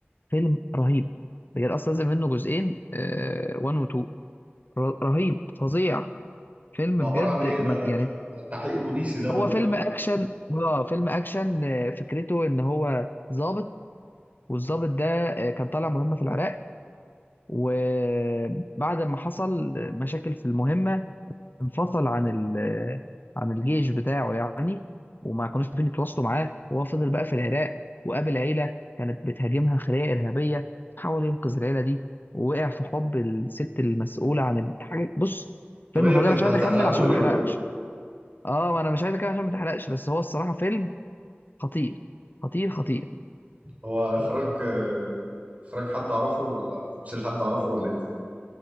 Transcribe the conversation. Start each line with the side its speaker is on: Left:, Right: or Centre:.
Left: فيلم رهيب بجد اصلا نزل منه جزئين 1 و 2 رهيب فظيع فيلم
Right: ده عباره
Left: بجد
Right: عن ايه
Left: ما
Right: ده
Left: يعني
Right: ده تحقيق بوليسي ده
Left: هو
Right: ولا
Left: فيلم اكشن اه فيلم اكشن آه، فكرته ان هو ضابط والضابط ده آه، كان طالع مهمه في العراق وبعد ما حصل مشاكل في المهمه انفصل عن ال آه، عن الجيش بتاعه يعني وما كانوش عارفين يتواصلوا معاه وهو فضل بقى في العراق وقابل عيله كانت بتهاجمها خلية ارهابيه حاول ينقذ العيله دي ووقع في حب الست المسؤوله عن الحاجه بص
Right: طب
Left: فيلم
Right: ايه يا
Left: فظيع
Right: ابني
Left: انا
Right: انت
Left: مش عايز
Right: هتحرقه
Left: اكمل عشان
Right: لي
Left: ما احرقش
Right: ولا ايه
Left: اه ما انا مش عايز اكمل عشان ما تحرقش بس هو الصراحه فيلم خطير خطير خطير
Right: هو اخراج آه، اخراج حد اعرفه ولا تمثيل حد اعرفه ولا ايه